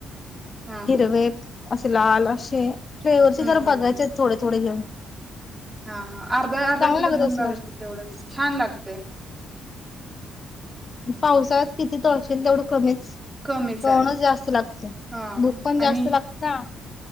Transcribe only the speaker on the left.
इरवे असे लाल अशे पेवरचे
जर
बघायचेत
थोडे थोडे घेऊन.
चांगल
लागत
असणार
पावसाळ्याात किती तळशील तेवढं कमीच.
कोण
जास्त लाग
भुक पण जास्त
लागत्या.